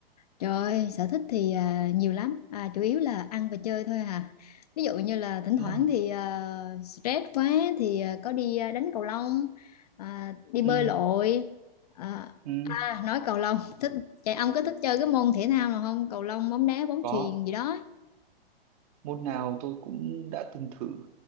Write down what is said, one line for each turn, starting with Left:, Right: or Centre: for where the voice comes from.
Left: trời ơi, sở thích thì à, nhiều lắm, à, chủ yếu là ăn và chơi thôi à. Ví dụ như là thỉnh
Right: Ờ,
Left: thoảng thì à, stress quá thì à, có đi à, đánh cầu lông, à, đi bơi
Right: ừ,
Left: lội. À,
Right: ừ,
Left: à, nói cầu lông, <laughs> thích, chạy ông có thích chơi cái môn thể thao nào không? Cầu lông, bóng đá, bóng
Right: có
Left: chuyền gì đó.
Right: môn nào tôi cũng đã từng thử